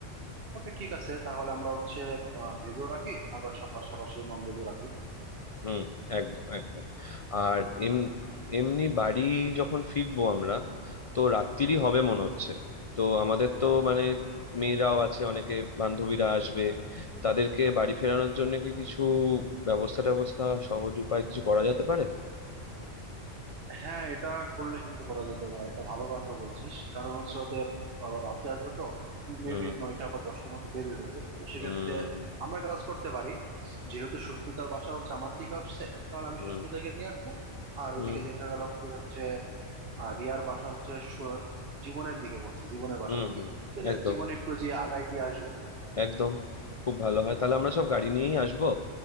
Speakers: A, on the right; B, on the left.
A: ওকে ঠিক আছে তাহলে আমরা হচ্ছে ভেজও রাখি আবার সা- পাশাপাশি নন ভেজও রাখি
B: হুম একদম একদম আর এম এমনি বাড়ি যখন ফিরবো আমরা তো রাত্রিরই হবে মনে হচ্ছে তো আমাদের তো মানে মেয়েরাও আছে অনেকে বান্ধবীরা আসবে তাদেরকে বাড়ি ফেরানোর জন্য কি কিছু ব্যবস্থা ট্যাবস্থা সহজ উপায় কিছু করা যেতে পারে
A: হ্যাঁ এটা করলে কিন্তু করা যেতে পারে এটা ভালো কথা বলছিস কারণ হচ্ছে ওদের আবার রাতে আসবে তো মেবি
B: হুম
A: নয়টা বা দশটার মতো বেজে যাবে তো সেক্ষেত্রে
B: হুম
A: আমরা একটা কাজ করতে পারি যেহেতু সুস্মিতার বাসা হচ্ছে আমার দিকে আসছে তাহলে আমি
B: হুম
A: সুস্মিতাকে নিয়ে আসবো আর
B: হুম
A: ওইদিকে দেখা গেল যে হচ্ছে আহ, রিয়ার বাসা হচ্ছে সু- জীবনের দিকে পড়ছে জীবনের বাসার
B: হুম
A: দিকে
B: হুম
A: তাহলে
B: একদম
A: জীবন একটু যে আগাই দিয়ে আসবে
B: একদম খুব ভালো হয় তাহলে আমরা সব গাড়ি নিয়েই আসবো